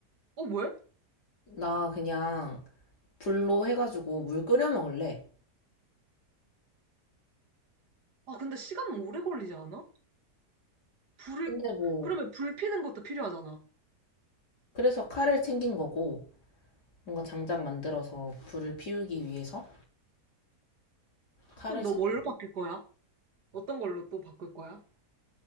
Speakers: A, on the right; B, on the left.
A: 어, 왜?
B: 나 그냥 불로 해가지고 물 끓여 먹을래.
A: 아, 근데 시간 오래 걸리지 않아? 불을
B: 근데 뭐,
A: 그러면 불 피는 것도 필요하잖아.
B: 그래서 칼을 챙긴 거고, 뭔가 장작 만들어서 불을 피우기 위해서 칼을
A: 그럼 너
B: 챙겨,
A: 뭘로 바뀔 거야? 어떤 걸로 또 바꿀 거야?